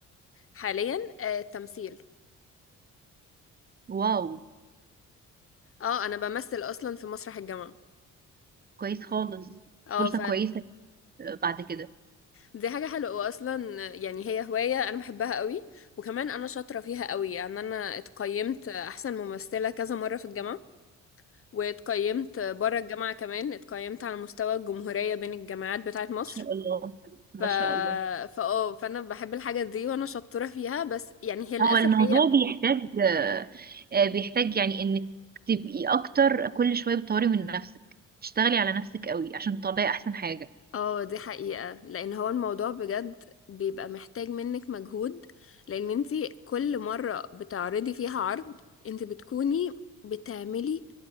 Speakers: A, on the left (about 45°); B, on the right (about 30°).
A: حاليا آه التمثيل
B: واو
A: اه أنا بمثل أصلا في مسرح الجامعة
B: كويس خالص
A: اه
B: فرصه كويسه آه، بعد كده
A: دي حاجة حلوة وأصلا يعني هي هواية أنا بحبها قوي وكمان أنا شاطرة فيها قوي يعني أنا اتقيمت أحسن ممثلة كذا مرة في الجامعة واتقيمت بره الجامعة كمان اتقيمت على مستوى الجمهورية بين الجامعات بتاعة مصر
B: شاء الله ما
A: ف
B: شاء الله
A: فاه فأنا بحب الحاجة دي وأنا شاطرة فيها بس يعني هي للأسف
B: هو الموضوع
A: هي
B: بيحتاج آه، آه، بيحتاج يعني انك تبقي اكتر كل شويه بتطوري من نفسك تشتغلي على نفسك قوي عشان تطلعي احسن حاجه
A: اه دي حقيقة لان هو الموضوع بجد بيبقى محتاج منك مجهود لان انتي كل مرة بتعرضي فيها عرض انتي بتكوني بتعملي